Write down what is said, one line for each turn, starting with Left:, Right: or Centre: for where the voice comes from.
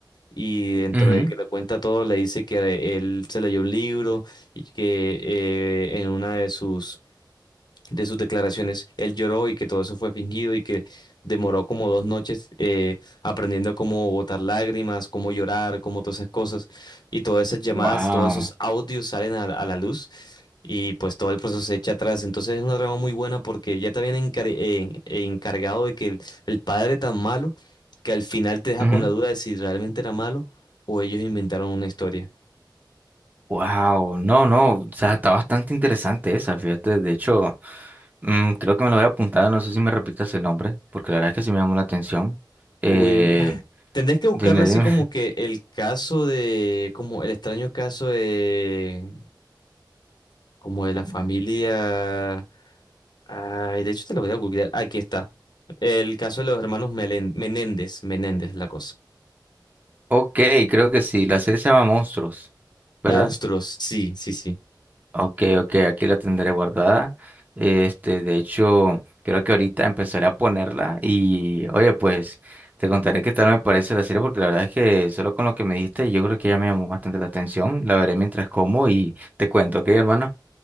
Left: Y dentro
Right: ujú,
Left: de que le cuenta todo, le dice que eh, él se leyó un libro y que eh, en una de sus de sus declaraciones. Él lloró y que todo eso fue fingido y que demoró como dos noches eh, aprendiendo cómo botar lágrimas, cómo llorar, cómo todas esas cosas. Y todas esas llamadas,
Right: Wow.
Left: todos esos audios salen a, a la luz y pues todo el proceso se echa atrás. Entonces es una trama muy buena porque ya te habían encar- eh, eh, encargado de que el, el padre tan malo que al final te deja
Right: Ujú,
Left: con la duda de si realmente era malo o ellos inventaron una historia.
Right: Wow. No, no. O sea, está bastante interesante esa, fíjate. De hecho, mm, creo que me lo voy a apuntar. No sé si me repitas el nombre, porque la verdad es que sí me llamó la atención. Eh,
Left: Uy, Tendrías que buscarle
Right: dime,
Left: así
Right: dime.
Left: como que el caso de, como el extraño caso de, como de la
Right: <laughs>
Left: familia. Ay, de hecho te lo voy a googlear. Aquí está. El caso de los hermanos Melen- Menéndez, Menéndez, la cosa.
Right: Ok, creo que sí. La serie se llama Monstruos, ¿verdad?
Left: Monstruos, sí, sí, sí.
Right: Ok, ok, aquí la tendré guardada. Este, de hecho, creo que ahorita empezaré a ponerla y, oye, pues te contaré qué tal me parece la serie porque la verdad es que solo con lo que me dijiste yo creo que ya me llamó bastante la atención. La veré mientras como y te cuento, ¿ok, hermano?